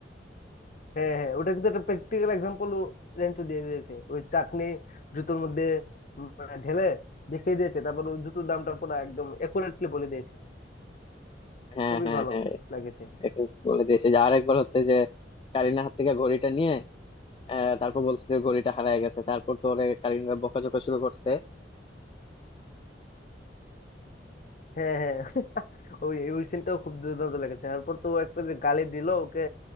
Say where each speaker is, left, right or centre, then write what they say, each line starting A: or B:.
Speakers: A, on the left; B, on the left.
A: হ্যাঁ হ্যাঁ ওটা কিন্তু একটা প্র্যাকটিক্যাল এক্সাম্পল রেঞ্চো দিয়ে দিয়েছে ওই চাটনি জুতোর মধ্যে উম মানে ঢেলে দেখিয়ে দিয়েছে তারপর ওই জুতোর দামটা পুরো একদম একুরেটলি বলে দিয়েছে
B: হ্যাঁ
A: খুবই
B: হ্যাঁ
A: ভালো
B: হ্যাঁ
A: লাগেছে
B: এটা বলে দিয়েছে যে আরেকবার হচ্ছে যে কারিনার হাত থেকে ঘড়িটা নিয়ে আহ, তারপর বলছে যে ঘড়িটা হারায় গেছে তারপর তো ওরে কারিনা বকাঝকা শুরু করছে
A: হ্যাঁ হ্যাঁ <laughs> ওই ওই সিনটাও খুব দুর্দান্ত লেগেছে এরপর তো ও একটা যে গালি দিল ওকে